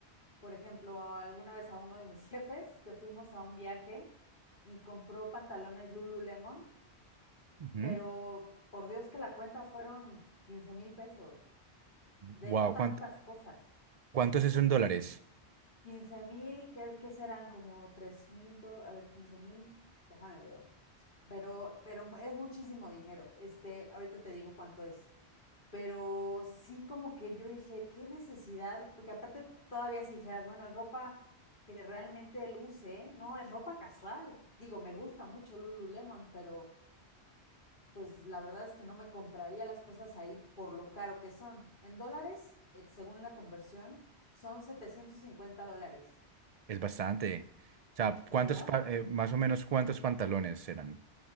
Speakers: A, on the left; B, on the right.
A: por ejemplo, alguna vez a uno de mis <laughs> jefes que fuimos a un viaje y compró pantalones Lululemon,
B: Ujú.
A: pero por Dios que la cuenta fueron quince mil pesos de
B: Wow,
A: no tantas
B: ¿cuánto,
A: cosas.
B: cuánto es eso en dólares?
A: quince mil, ¿qué, qué serán? Como tres mil, a ver, quince mil, déjame veo. Pero, pero es muchísimo dinero. Este, ahorita te digo cuánto es pero sí como que yo dije, qué necesidad, porque aparte todavía si dijeras, bueno, es ropa que realmente luce, no, es ropa casual. Digo, me gusta mucho Lululemon, pero pues la verdad es que no me compraría las cosas ahí por lo caro que son. En dólares, eh, según la conversión, son 750 dólares,
B: Es bastante. O sea,
A: ¿verdad?
B: ¿cuántos, pa- eh, más o menos cuántos pantalones serán?